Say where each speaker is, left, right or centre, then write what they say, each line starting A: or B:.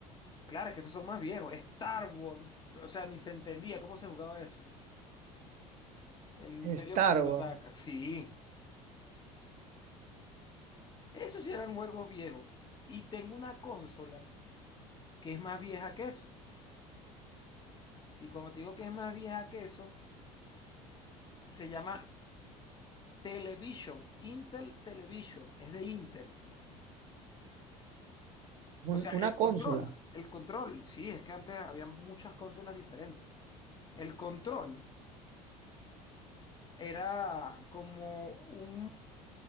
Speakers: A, on the left; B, on the right.
A: Claro, es que esos son más viejos. Star Wars, o sea, ni se entendía cómo se jugaba eso. El Imperio
B: Star
A: contraataca,
B: Wars,
A: sí. Esos sí eran juegos viejos. Y tengo una consola. que es más vieja que eso. Y cuando te digo que es más vieja que eso, se llama Television, Intel Television, es de Intel.
B: un-
A: O sea,
B: una
A: el
B: consola,
A: control, el control, sí, es que antes había muchas consolas diferentes. El control era como un,